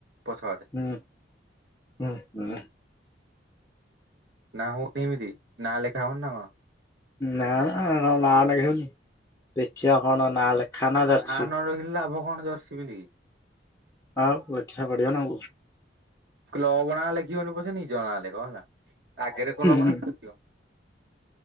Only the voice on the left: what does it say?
ହୁଁ ଉହୁଁ।
ନା ନା ନାଲେଖେଇବୁନି ଦେଖିବା କଣ ନାଁ ଲେଖା ନା ଯାରଛି
ହଁ ଆଖା ବଢଆ ନା
ହୁଁ
ହୁଁ